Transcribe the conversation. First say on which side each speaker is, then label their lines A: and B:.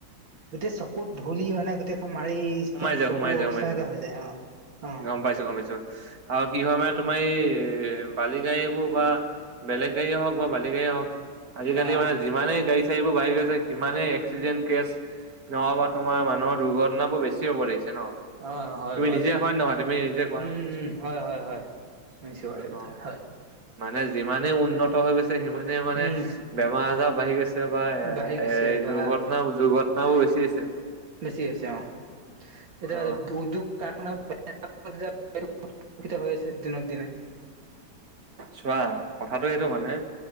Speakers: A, on the right; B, on the right.
A: গোটেই চকুত ধূলি মানে গোটেইখন মাৰি একদম
B: সোমাই যায়
A: চকু
B: সোমাই যায়
A: অৱস্থা
B: সোমাই
A: নাইকিয়া হৈ যায়। অ, অ।
B: গম পাইছো, গম পাইছো। আৰু কি হয়, মানে তোমাৰ এই বালি গাড়ীবোৰ বা বেলেগ গাড়ীয়ে হওক বা বালি গাড়ীয়ে হওক, আজিকালি
A: অ
B: মানে যিমানেই গাড়ী সেইবোৰ বাঢ়ি গৈছে, সিমানেই এক্সিডেন্ট কেছ নহ'বা তোমাৰ মানুহৰ দুৰ্ঘ ঘটনাবোৰ বেছি হ'ব লৈছে ন!
A: অঁ, হয়
B: তুমি
A: বাৰু
B: নিজে
A: দেই!
B: হয় নহয় তুমি নিজে কোৱা
A: উম, হয়, হয়, হয়, শুনিছোঁ বাৰু, এইটো
B: অ
A: কথা, হয়।
B: মানে যিমানেই উন্নত হৈ গৈছে, সিমানেই মানে
A: উম
B: বেমাৰ-আজাৰ বাঢ়ি গৈছে বা
A: বাঢ়ি গৈছে
B: এই
A: বা
B: দুৰ্ঘটনা-দুৰ্ঘটনা বোৰ বেছি হৈছে।
A: বেছি হৈছে অ, এতিয়া
B: অ
A: উদ্যোগ কাৰখানা <unintelligible> দিনক দিনে।
B: চোৱা, কথাটো এইটো মানে,